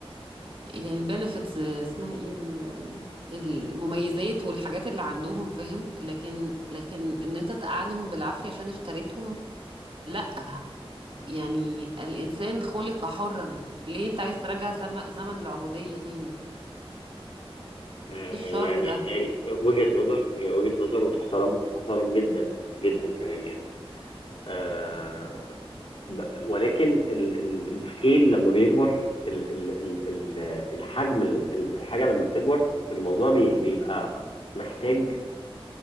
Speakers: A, on the right; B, on the left.
A: يعني البنفيتس اسمها ايه ال- المميزات والحاجات اللي عندهم فاهم لكن لكن ان انت تقعدهم بالعافية عشان اشتريتهم لا يعني الإنسان خلق حرا ليه انت عايز ترجع زم- زمن العبودية تاني
B: آه،
A: ايه الشر
B: يعني
A: ده
B: يعني وجهة نظر هي وجهة نظر وتحترم تحترم جدا جدا كمان يعني آه، ب- ولكن ال- ال- السكيل لما بيكبر ال- ال- ال- ال- الحجم ال- ال- الحاجة لما بتكبر الموضوع بي- بيبقى محتاج